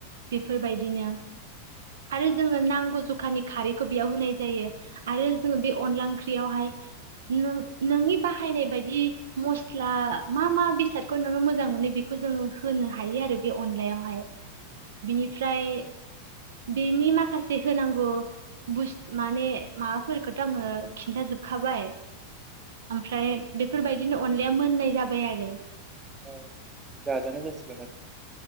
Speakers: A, on the right (about 60°); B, on the right (about 15°).
A: बेफोरबायदिनो आरो जोङो नांगौ जखानि खारैखौ बेयाव होनाय जायो आरो जोंङो बे अनला ओंख्रियावहाय नोंनि बाहायनाय बदि मस्ला मा मा बेसादखौ नोो मोजां मोनो बेखौ जोङो होनो हायो आरो बे अनलायावहाय बिनिफ्राय बेनि माखासे होनांगौ बस माने माबाफोरखौ थ' आङो खिन्थाजोबखाबाय ओमफ्राय बेफोरबायदिनो अनलाया मोनलनाय जाबाय आरो
B: ओ जाजानाय जासिगोन आरो